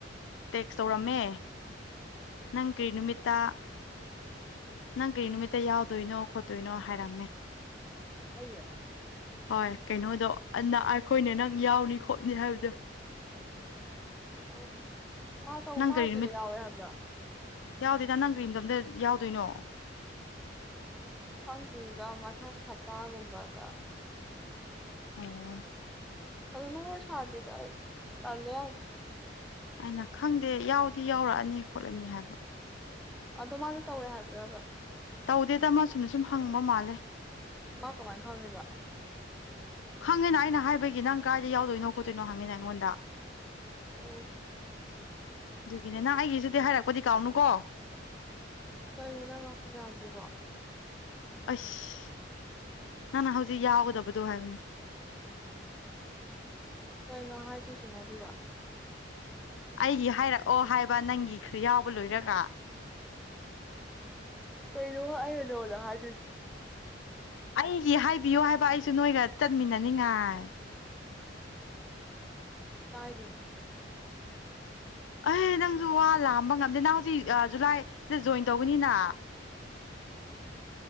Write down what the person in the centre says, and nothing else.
ꯑꯌꯥ
ꯎ ꯃꯥ ꯇꯧ
ꯃꯥ
ꯑꯗꯨꯗ
ꯌꯥꯎꯋꯦ ꯍꯥꯏꯕ꯭ꯔꯥ
ꯍꯪꯗ꯭ꯔꯤꯗ ꯃꯊꯪ ꯍꯞꯇꯥꯒꯨꯝꯕꯗ
ꯍꯧꯖꯤꯅ ꯍꯣꯏ ꯁꯥꯥꯇꯤ ꯆ ꯆꯦ
ꯑꯗ ꯃꯥꯗꯤ ꯇꯧꯋꯦ ꯍꯥꯏꯕ꯭ꯔꯥꯕ
ꯃꯥ ꯀꯃꯥꯏꯅ ꯈꯪꯉꯕ
ꯑꯣ
ꯀꯔꯤꯅꯣ ꯅꯪ ꯅꯪ ꯌꯥꯗꯕ
<inaudible> ꯀꯣꯏꯩꯅꯣ ꯍꯥꯏꯗꯣꯏꯁꯤꯅ ꯑꯗꯨꯒ
ꯀꯩꯅꯣ ꯍꯥꯏꯂꯣꯂ ꯍꯥꯏ
ꯀꯥꯏꯖꯔꯦ
<inaudible>